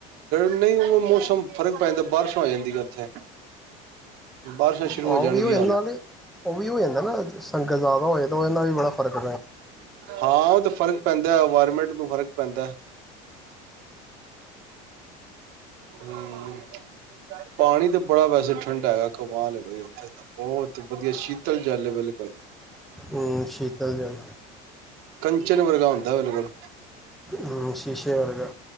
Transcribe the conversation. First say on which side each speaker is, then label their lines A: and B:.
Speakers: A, on the right (about 60°); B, in the centre.
A: ਨਹੀਂ ਮੌਸਮ ਫ਼ਰਕ ਪੈ ਜਾਂਦਾ ਬਾਰਿਸ਼ ਆ ਜਾਂਦੀਆਂ ਉੱਥੇ ਬਾਰਿਸ਼ਾਂ ਸ਼ੁਰੂ
B: ਆਹ
A: ਹੋ ਜਾਣਗੀਆਂ
B: ਉਹ ਵੀ ਹੋਏ ਨਾਲ
A: ਹੁਣ
B: ਉਹ ਵੀ ਹੋ ਜਾਂਦਾ ਨਾ ਸੰਗਤ ਜ਼ਿਆਦਾ ਹੋਏ ਤਾਂ ਉਹ ਨਾਲ ਵੀ ਬੜਾ ਪਰਕ
A: ਹਾਂ ਉਹ ਤੇ ਫਰਕ ਪੈਂਦਾ ਇਨਵਾਇਰਮੈਂਟ ਨੂੰ ਫਰਕ ਪੈਂਦਾ ਹਮ ਪਾਣੀ ਤਾਂ ਬੜਾ ਵੈਸੇ ਠੰਢਾ ਹੈਗਾ ਕਮ ਲ ਬਾਈ ਉੱਥੇ ਤਾਂ ਬਹੁਤ ਵਧੀਆ ਸ਼ੀਤਲ ਜਲ ਬਿਲਕੁਲ
B: ਹਮ ਸ਼ੀਤਲ ਜਲ
A: ਕੰ ਨ ਵਰਗਾ ਹੁੰਦਾ ਬਿਲਕੁਲ
B: ਹਮ ਸ਼ੀਸ਼ੇ ਵਰਗਾ